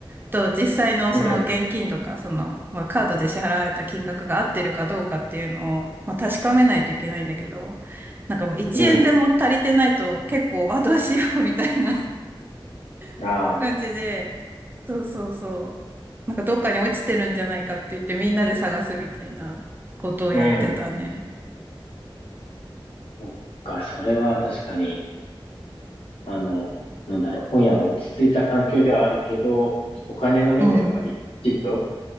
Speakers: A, on the right (about 20°); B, on the left (about 90°).
A: と実際のその現金とか、
B: うん。
A: その、まあ、カードで支払われた金額が合ってるかどうかっていうのを、まあ、確かめないといけないんだけど、なんかもう1円でも足りてないと結構
B: う
A: <laughs>、あ、どうしようみたいな
B: ん。
A: <laughs>
B: ああ。
A: 感じで、そうそうそう。なんかどっかに落ちてるんじゃないかって言ってみんなで探すみたいなことをやってたね。
B: うん。そっか、それは確かに、あの、なんだろう、今夜は落ち着いた環境ではあるけど、お金の面でやっぱり、
A: うん。
B: きちっと